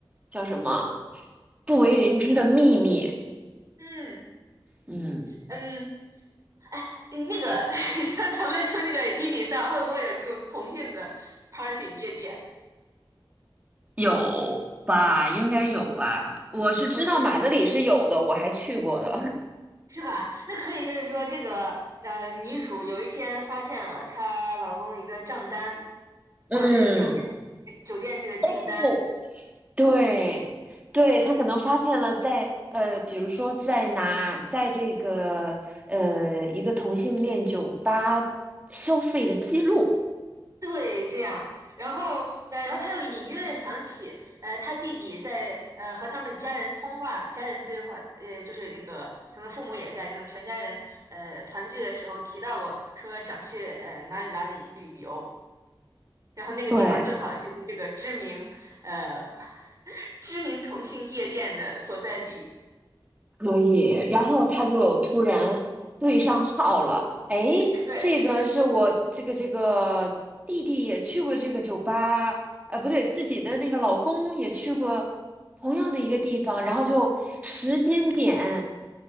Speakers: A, on the right (about 15°); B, on the right (about 40°).
A: 叫什么不为人知的秘密。
B: 嗯
A: 嗯，
B: 嗯，哎，那个 <laughs> 像咱们说那个一比三，会不会有这种同性的 party 夜店
A: 有吧？应该有吧？我是知道马德里是有的，
B: ？OK，
A: 我还去过呢。
B: 是吧？那可以，就是说，这个呃，女主有一天发现了她老公一个账单，
A: <laughs>
B: 或者是酒店
A: 嗯。
B: 酒店这个订单，
A: 哦。对，对，他可能发现了在，呃，比如说在拿在这个呃一个同性恋酒吧消费的记录，
B: 对，这样。然后，那然后她又隐约的想起，呃，她弟弟在呃和他们家人通话，家人对话，呃，就是那个可能父母也在这种全家人呃团聚的时候提到过，说想去呃哪里哪里旅游。然后那个地方正好就是这个知名呃
A: 对
B: <laughs> 知名同性夜店的所在地。
A: 可以，然后他就突然对上号了。哎，
B: 对，
A: 这个是我这个这个弟弟也去过这个酒吧，呃，不对，自己的那个老公也去过同样的一个地方，然后就时间点